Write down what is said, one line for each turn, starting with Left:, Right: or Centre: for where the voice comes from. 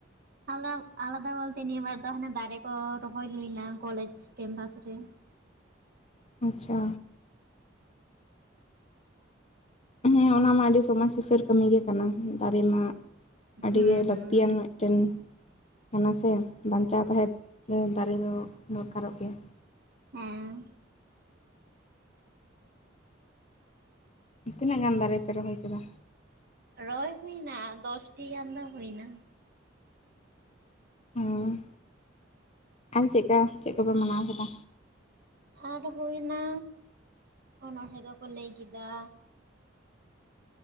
Right: ᱟᱞᱟᱣ ᱟᱞᱟᱫᱟ ᱵᱚᱞᱛᱮ ᱱᱤᱭᱟᱹ ᱵᱟᱨ ᱫᱚ ᱦᱟᱱᱮ ᱫᱟᱨᱮ ᱠᱚ ᱨᱚᱦᱚᱭ ᱦᱩᱭᱱᱟ ᱠᱚᱞᱮᱡᱽ ᱠᱮᱢᱵᱟᱥ ᱨᱮ᱾
Left: ᱟᱪᱪᱷᱟ᱾ ᱦᱮᱸ ᱚᱱᱟ ᱢᱟ ᱟᱹᱰᱤ ᱥᱚᱢᱟᱡᱽ ᱥᱩᱥᱟᱹᱨ ᱠᱟᱹᱢᱤ ᱜᱮ ᱠᱟᱱᱟ ᱫᱟᱨᱮ ᱢᱟ ᱟᱹᱰᱤ
Right: ᱦᱩᱸ
Left: ᱜᱮ
Right: ᱦᱩᱸ
Left: ᱞᱟᱹᱠᱛᱤᱭᱟᱱ <unintelligible> ᱠᱟᱱᱟ ᱥᱮ ᱵᱟᱧᱪᱟᱣ ᱛᱟᱦᱮᱸ ᱫᱚ ᱫᱟᱨᱮ ᱫᱚ ᱫᱚᱨᱠᱟᱨᱚᱜ ᱜᱮᱭᱟ᱾
Right: ᱦᱮᱸ
Left: ᱛᱤᱱᱟᱹᱜ ᱜᱟᱱ ᱫᱟᱨᱮ ᱯᱮ ᱨᱚᱦᱚᱭ ᱠᱮᱫᱟ?
Right: ᱨᱚᱭ ᱦᱩᱭᱱᱟ ᱫᱚᱥᱴᱤ ᱜᱟᱱ ᱫᱚ ᱦᱩᱭᱱᱟ᱾
Left: ᱦᱮᱸ ᱟᱨ ᱪᱮᱫ ᱠᱟ ᱪᱮᱫ ᱠᱚᱯᱮ ᱢᱟᱱᱟᱣ ᱠᱮᱫᱟ?
Right: ᱟᱨ ᱦᱩᱭᱱᱟ ᱚᱱᱚᱬᱦᱮᱸ ᱠᱚᱠᱚ ᱞᱟᱹᱭ ᱠᱮᱫᱟ,